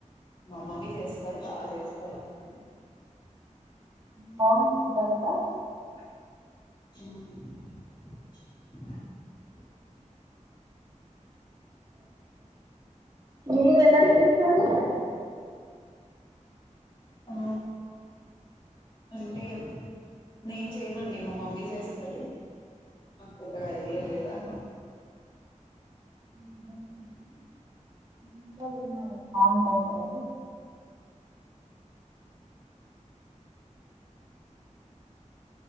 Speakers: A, on the left (about 35°); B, on the right (about 30°).
A: మా మమ్మీ చేస్తారు బాచేస్తారు అండీ
B: బావుంటుందంట
A: ఉమ్
B: మీరు ఎలా చేస్తారు
A: ఆ అంటే నేను చేయనండి మా మమ్మీ చేస్తది పెద్దగా ఐడియా లేదా
B: <inaudible> బావుంటుంది అది